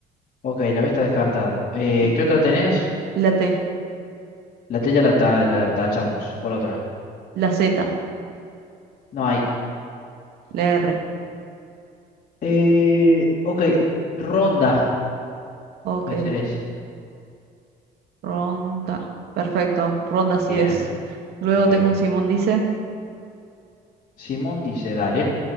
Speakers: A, on the left; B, on the right.
A: Ok, la B está descartada. Eh,
B: L-
A: ¿qué otra tenés?
B: La T.
A: La T ya la, ta- la tachamos por otra.
B: La Z,
A: No hay.
B: la R.
A: Eh, ok, ronda
B: Ok,
A: de ser eso.
B: ronda. Perfecto, ronda
A: Bien,
B: sí es. Luego
A: ok.
B: tengo un Simón, dice.
A: Simón dice, dale.